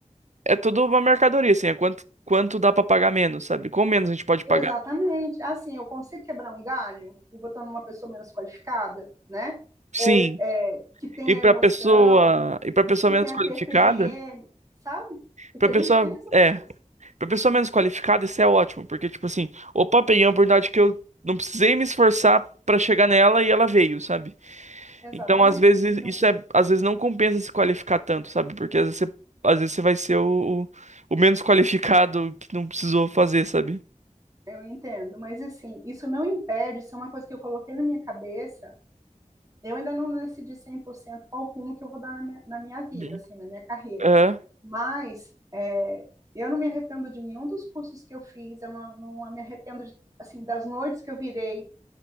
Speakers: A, on the right; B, on the right.
A: é tudo uma mercadoria, assim, é quanto quanto dá para pagar menos, sabe? Com menos a gente pode pagar.
B: exatamente, assim eu consigo quebrar um galho botando uma pessoa menos qualificada, né?
A: Sim.
B: Ou é, que tenha
A: E para
B: emoção,
A: pessoa, e para pessoa
B: que
A: menos
B: tenha
A: qualificada,
B: TPM, sabe? Porque
A: para
B: a
A: pessoa,
B: gente tem essas
A: é
B: coisas.
A: Pra pessoa menos qualificada, isso é ótimo, porque, tipo assim, opa, peguei uma oportunidade que eu não precisei me esforçar pra chegar nela e ela veio, sabe?
B: Exatamente.
A: Então, às vezes,
B: Então,
A: isso é, às vezes não compensa se qualificar tanto, sabe? Porque às vezes você, às vezes você vai ser o, o, o menos <laughs> qualificado que não precisou fazer, sabe?
B: eu entendo, mas assim, isso não impede, isso é uma coisa que eu coloquei na minha cabeça. Eu ainda não decidi 100% qual rumo que eu vou dar na minha, na minha vida,
A: Uhum.
B: assim, na minha carreira.
A: É.
B: Mas é, eu não me arrependo de nenhum dos cursos que eu fiz, eu não, não me arrependo de, assim, das noites que eu virei